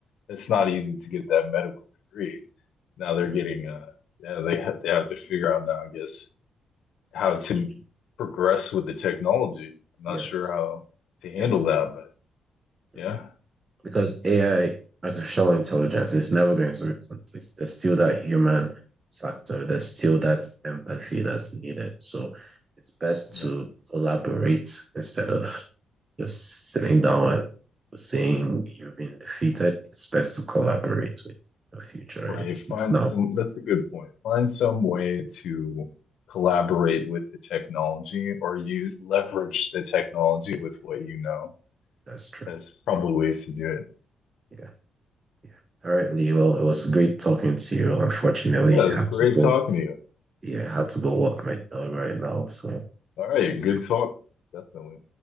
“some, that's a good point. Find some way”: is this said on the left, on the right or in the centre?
Left